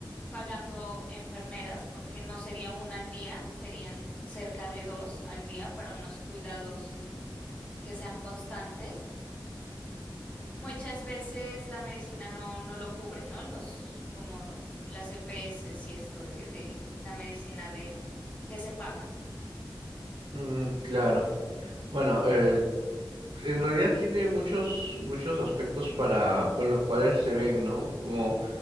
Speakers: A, on the left; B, on the right.
A: pagando enfermeras, porque no sería una al día, serían cerca de dos al día para unos cuidados que sean constantes. Muchas veces la medicina no, no lo cubre, ¿no? Los, como las EPS y esto de, de la medicina de que se paga.
B: Mm, claro. Bueno, eh, en realidad tiene muchos, muchos aspectos para, con los cuales se ven, ¿no? Como